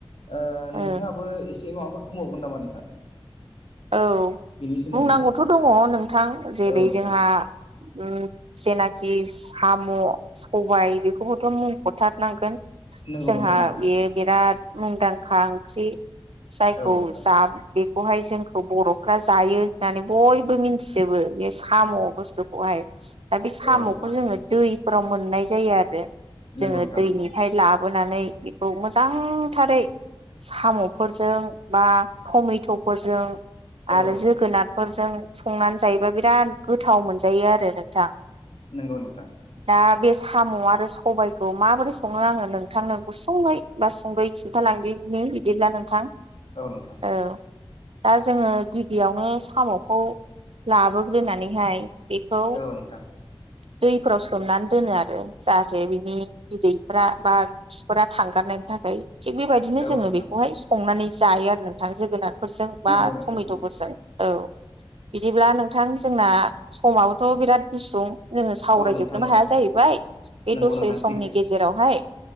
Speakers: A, on the left; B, on the right.
A: ओ
B: औ
A: नोंथांङाबो एसे माबाफोर बुंबावगोन नामा नोंथां?
B: औ
A: बेनि सोमोन्दै
B: बुंनांगौथ दंङ नोंथां जेरै
A: औ नोंथां
B: जोंहा उम जेनाखि साम' सबाइ बेखौबोथ थारनांगोन
A: नंगौ
B: जोंहा
A: नोंथां नंगौ
B: बेयो बिराद मुंदांखा ओंख्रि जायखौ
A: औ नोंथां
B: जा बेखौहाय जों बरफ्रा जायो होननानै बयबो मिन्थिजोबो बे साम बुस्थुखौहाय दा बे सामखौ
A: औ नोंथां
B: जोंङो दैफोराव मोननाय जायो आरो
A: नंगौ
B: जोंङो
A: नोंथां
B: दैनिफ्राय
A: नंगौ
B: लाबोनानै बेखौ मोजांथारै साम'फोरजों बा टमेट'फोरजों आरो
A: औ नोंथां
B: जोगोनारफोरजों संनानै जायोबा बिराद गोथाव मोनजायो आरो नोंथां
A: नंगौ नोंथां
B: दा बे साम'आ आरो सबाइखौ माबोरै संङो आंङो नोंथांनो गुसुंङै बा सुंदयै खिन्थालांदिनि बिदिब्ला नोंथां
A: औ नोंथां
B: औ दा जोंङो गिबियावनो साम'खौ लाबोग्रोनानैहाय बेखौ
A: औ नोंथां
B: दैफोराव सोमनानै दोनो आरो जाहाथे बिनि बिदैफ्रा बा खिफोरा थांगारनायनि थाखाय थिग बेबायदिनो
A: औ
B: जोंङो
A: नोंथां
B: बेखौहाय संनानै जायो आरो नोंथां जोगोनारफोर बा
A: नंगौ नोंथां
B: टमेट'फोरजों
A: नंगौ
B: औ बिदिब्ला नोंथां जोंना समाबोथ बिराद गुसुं जोंङो सावरायजोबनोबो
A: औ नोंथां
B: हाया
A: औ
B: जाहैबाय बे
A: नंगौ
B: दसे
A: नोंथां
B: समनि
A: सैथो
B: गेजेरावहाय